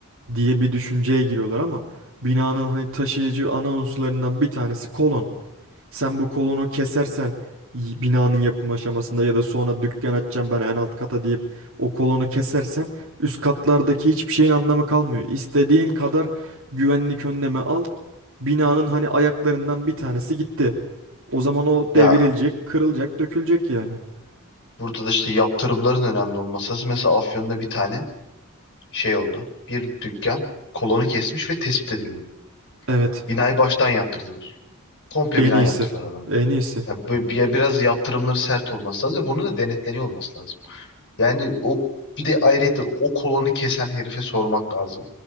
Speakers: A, on the right; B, on the left.
A: diye bir düşünceye giriyorlar ama binanın hani taşıyıcı ana unsurlarından bir tanesi kolon. Sen bu kolonu kesersen y- binanın yapım aşamasında ya da sonra dükkan açacağım ben en alt kata deyip o kolonu kesersen üst katlardaki hiçbir şeyin anlamı kalmıyor. İstediğin kadar güvenlik önlemi al. Binanın hani ayaklarından bir tanesi gitti. O zaman o
B: Ya
A: devrilecek, kırılacak, dökülecek yani.
B: burada da işte yaptırımların önemli olması lazım. Mesela Afyon'da bir tane şey oldu. Bir dükkan kolonu kesmiş ve tespit edildi. bu.
A: Evet,
B: Binayı baştan yaptırdılar. Komple
A: en
B: bina
A: iyisi.
B: yaptırdılar
A: En iyisi.
B: Ya böyle bir- biraz yaptırımları sert olması lazım. ve Bunun da denetleniyor olması lazım. Yani o bir de ayrıca o kolonu kesen herife sormak lazım.